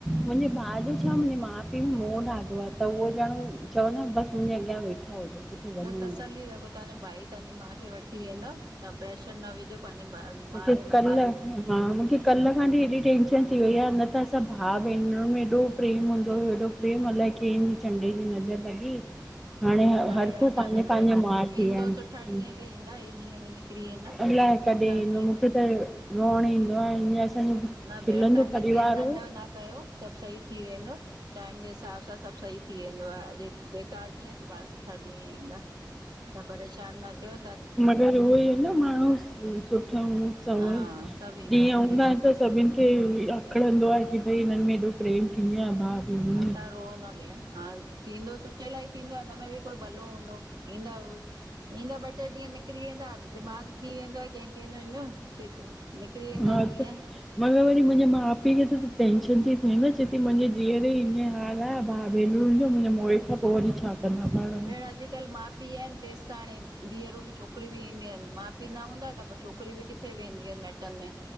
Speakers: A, in the centre; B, on the right (about 60°).
A: मुंहिंजे भा जो छा मुंहिंजे माउ पीउ मो ॾाधो आ त उहो ॼण चवंदो आ त बसि मुंहिंजे अॻियां वेठा हुजो। किथे वञो
B: त तसल्ली
A: न
B: रखो तव्हांजो भा ही तव्हांजी माउ खे वठी वेंदव प्रेशर न विझो पंहिंजे भा
A: मूंखे
B: माउ जे
A: कल्ह
B: मथां।
A: हा मूंखे कल्ह खां हेएॾी टेंशन थी वई आ न त असां भाउ भेनरुन में एॾो प्रेम हूंदो हुयो। केॾं मल की चंडे जी नज़र लॻी। हाणे
B: काई
A: हर
B: ॻाल्ह
A: को
B: कान्हेेण
A: पंहिंजे पंहिंजे माउ पीउ
B: ईंदो
A: आहिनि
B: सुठा ॾींहं बि ईंदा ई ॾींहं बि निकिरी वेंदा।
A: अलाए
B: सुठा
A: कॾहिं ईंदो
B: ॾींहं
A: मूंखे त रोण ईंदो आहे ईअ असांजो
B: न
A: खिलंदो
B: भेण तव्हां
A: परिवार
B: दिल नंढो
A: हो
B: न कयो सब सहि थी वेंदो टाइम जे हिसाब सां सब सही। थी वेंदो आहे अञ बेकार ॾींहं सुभाणे सुठा ॾींहं ईंदा। तां परेशान न थ्यो
A: अगरि उहो ई आहे न माण्हू सुठा सवा
B: हा सभु ईंदा
A: ॾींहं
B: आहिनि
A: हूंदा आहिन त सभिन क आखणंदो आ की भई हिननि मेंय एॾो प्रेम थींदी आ भाउ भेण में
B: ह तां रोहो न भेण हा थींदो सुठे लाइ थींदो हिनमें बि कोई भलो हूंदो ईंदा हु ईंदा ॿ टे ॾींहं निकिरी वेंदा दिमाग़ थी वेंदो आ कंहिं कंहिंजो निकिरी वेंदा
A: हा
B: ॾींहं
A: त मगर वरी मुंहिंजे माउ पीउ खे त टेंंशन थी चेती मुंहिंजे धीअउर ईं हा द भाउ भेनरू ॾिजो मुंहिंजे मोए खां पोइ वरी छा कंदा पाण में
B: भेण अॼुकल्ह माउ पीउ आहिन त तेसत त हाणे धीअरूं बि चोयूं छोकरी बि ईंदयू आहिन माउ पीउ न हूंदा त पोइ छोकिरी बि किथे वेंदियूं आहिन माटनि में